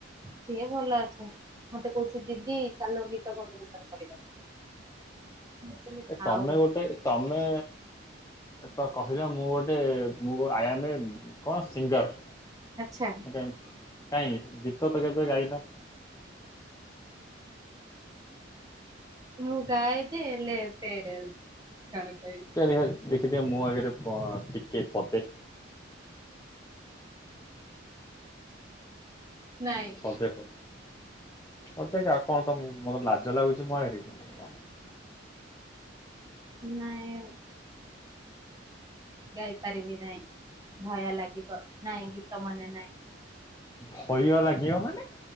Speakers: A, on the right; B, on the left.
A: ସିଏ ଭଲ ଅଛି, ମତେ କହୁଛି ଦିଦି ଚାଲ ଗୀତ କମ୍ପିଟିସନ କରିବା। ମୁଁ କହିଲି
B: ଏ
A: ଥାଉ।
B: ତମେ ଗୋଟେ ତମେ ତ କହିଲ ମୁଁ ଗୋଟେ ମୁଁ ଆଇ ଆମ କଣ ସିଙ୍ଗର।
A: ଆଚ୍ଛା।
B: କେମ କାଇଁ ଗୀତ ତ କେବେ ଗାଇନ।
A: ମୁଁ ଗାଏ ଯେ ଏଲେ ଏବେ ଜଣ କହିବି।
B: <unintelligible> ଦେଖିଥିବେ ମୋ ଆଗରେ ପ ଟିକେ ପଦେ
A: ନାଇଁ।
B: ଅ ଦେଖ ଅ ଦେଖ ଆଉ କଣ ତ ମୁ ମୋତେ ଲାଜ ଲାଗୁଛି ମୁଁ ଆଗରେ କି? କଣ
A: ନାଇଁ। ଗାଇ ପାରିବି ନାହିଁ ଭୟ ଲାଗିବ ନାଇଁ ଗୀତ ମନେ ନାହିଁ।
B: ଭୟ ଲାଗିିବ ମାନେ